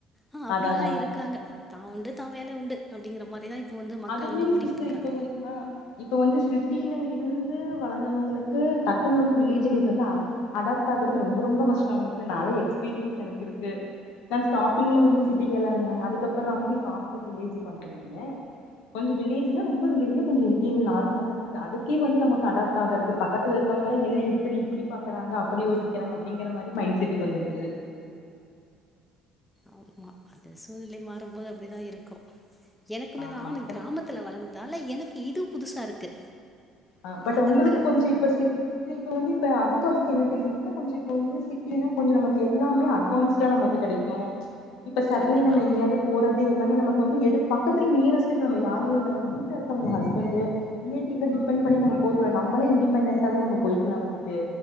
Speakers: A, in the centre; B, on the left (about 80°).
A: அ அப்டிலா
B: அத அதாங்
A: இருக்காங்க தா உண்டு தா வேல உண்டு அப்டிங்கிற மாரிதா இப்போ வந்து மக்கள்
B: அதுமே
A: வந்து ஓடிக்கிட்ருக்காங்க.
B: சிஸ்டர் இப்ப வந் ஆ இப்ப வந்து சிட்டில இருந்து வளந்தவங்களுக்கு டக்குனு வந்து வில்லேஜ் லைஃப் வந்து அட அடாப்ட் ஆகறது ரொம்போ ரொம்போ கஷ்டோ அவுங்களுக்குலா நாலா எக்ஸ்பீரியன்ஸ் எனக்கு இருக்கு. நா ஸ்டாடிங்ல வந்து சிட்டி கேளா இருந்தனே. அதுக்கப்புறோ வந்து இப்ப ஆஃப்டர் வில்லேஜுக் வந்ட்டே நானு. கொஞ்சோ வில்லேஜ்னா ரொம்போ வில்லஜ் இல்ல கொஞ்சோ இன்டீரியல் நார்மலாதாங் <inaudible> அதுக்கே வந்து நமக்கு அடாப்ட் ஆகறதுக் பக்கத்துல இருக்கவங்களா என்ன இப்பிடி இப்பிடி பாக்கறாங்க அப்பிடி யோசிக்கிறாங்க அப்டிங்கிற மாரி மைண்ட் செட்டுக்கு வந்துருது.
A: ஆமா அது சூழ்நிலை மாறும்போது அப்டிதா இருக்கு. எனக்குமே
B: ஆமா
A: தா ஆனா கிராமத்ல வளந்ததால எனக்கு இது புதுசா இருக்கு.
B: ஆ பட்
A: நகரத்திலை
B: உங்குளுக்கு கொஞ்ச இப்ப சிட் ட்லி இப்ப வந்து இப்ப அதுக்கு அதுக்கு என்ன டிஃப்ரென்ஸ்னா கொஞ்சொ இப்ப வந்து சிட்டினா கொஞ்சோ நமக்கு எல்லாமே அட்வான்ஸ் டா நமக்கு கெடைக்கு. இப்ப சடன்லி
A: கண்டிப்பா
B: நம்ம எங்யாது போறது எல்லாமே நமக்கு வந்து எடு பக்கத்துலியே நியரஸ்ட்டுக்கு நம்ம யாரயு இப்ப ந வீட்ல இருக்கவங்கள ஹஸ்பண்டு ரிலேட்டிவ்ல டிபெண் பண்ணி நம்ம போக்கூடா நம்பளே இன்டிபெண்டன்டாவே நம்ம போய்க்கலா வந்துட்டு.